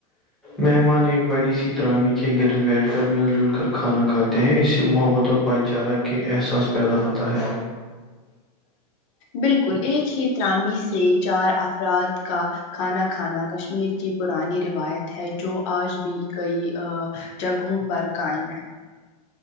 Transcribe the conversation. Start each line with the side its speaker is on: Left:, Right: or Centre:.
Centre: مہمان ایک بڑی سی ترامی کے گرد بیٹھ کر مل جل کر کھانا کھاتے ہیں اس سے محبت اور بھائی چارہ کے احساس پیدا ہوتا ہے
Left: بالکل ایک ہی ترامی سے چار افراد کا کھانا کھانا کشمیر کی پرانی روایت ہے جو آج بھی کئی جگہوں پر قائم ہے